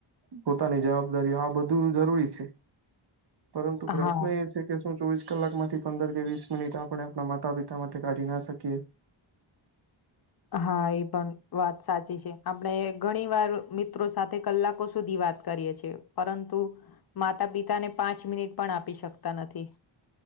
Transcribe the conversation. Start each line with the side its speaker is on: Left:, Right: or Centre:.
Right: પોતાની જવાબદારીઓ આ બધું જરૂરી છે. પરંતુ પ્રશ્ન
Left: હા
Right: એ છે કે શું ચોવીસ કલાક માંથી પંદર વીસ મિનિટ આપણે આપણા માતા પિતામાં કાઢી ના શકીએ <inaudible>
Left: હા એ પણ વાત સાચી છે આપણે ઘણી વાર મિત્રો સાથે કલાકો સુધી વાત કરીએ છે પરંતુ માતા પિતાને પાંચ મિનિટ પણ આપી શકતા નથી.